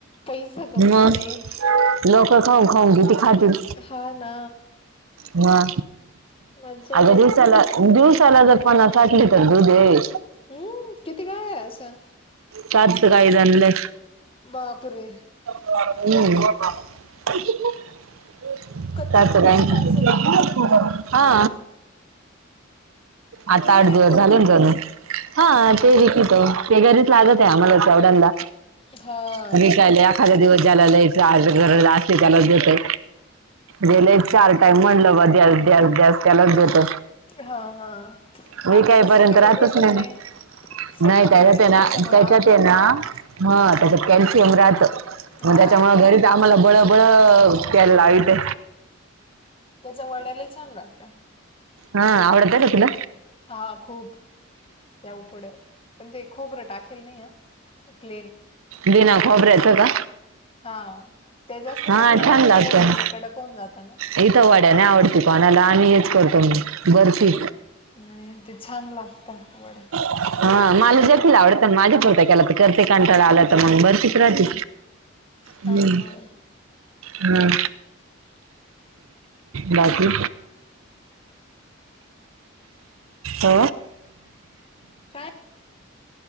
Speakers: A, on the left; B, on the right.
A: पैसा कमवीत
B: म
A: आहे
B: लोकं खाऊन खाऊ किती खातील.
A: हा ना.
B: हा
A: मज्जा आहे
B: अगं
A: बाई
B: दिवसाला दिवसाला जर पन्नास साठ लीटर दूध आहे
A: हम्म किती गाय आहे असं?
B: चार तर गायज आणलय.
A: बापरे!
B: हम्म <unintelligible>
A: कच्च दूध राहत असेल ना ग
B: आणखी हा. आता
A: ते
B: आठ दिवस
A: विकते
B: झाले
A: का
B: ना जाणू हा ते किती ते घरीच लागतं आहे आम्हाला
A: हा
B: <unintelligible> विकायला एखादा दिवस झाला लय ज्याला गरज असते त्यालाच देतोय. गेले चार टाइम म्हणलं गं द्याल द्याल द्यास त्यालाच देतो.
A: हा हा.
B: विकईपर्यंत
A: आता ते शक्यतो
B: राहतेच
A: भेटत
B: नाही म.
A: शक्यतो
B: नाही त्याच्यात
A: भेटत
B: आहे ना
A: नाही त्यामुळे
B: त्याच्यात
A: आवडतं
B: आहे ना त्याच्यात कॅल्शियम राहतं. मग
A: हा
B: त्याच्यामुळे
A: छान
B: घरीच
A: लागत
B: आम्हाला बळबळ प्यायला लावितं.
A: त्याच्या वड्या लई छान लागतं.
B: हा आवडत्या का तुला?
A: हा खूप. त्या उकडं पण ते खोपरं टाकेल नाही हा प्लेन
B: बिना खोबऱ्याचा का?
A: हा ते जास्त
B: हा
A: छान लागते
B: लागतं
A: खोबऱ्याच्या कडक होऊन जाता ना.
B: इथं वाड्या नाही आवडती कोणाला आम्ही हेच करतो बर्फी.
A: नाही ते छान लागतं वडे.
B: हा माला जेथील आवडत पण माझा परतय केला तर. करते कांटाळा आला तर मग बरं तिथं राहते
A: हा
B: हम्म.
A: हा
B: हां बाकी. आ
A: काय